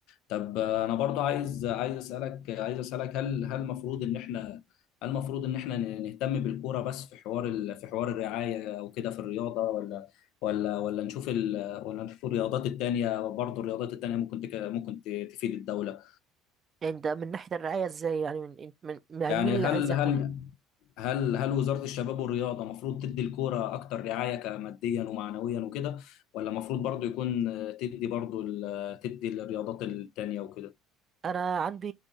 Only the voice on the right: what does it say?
يعني ده من ناحية الرعاية ازاي يعني من من من- يعني
مين اللي
عايز يهتم
انا عندي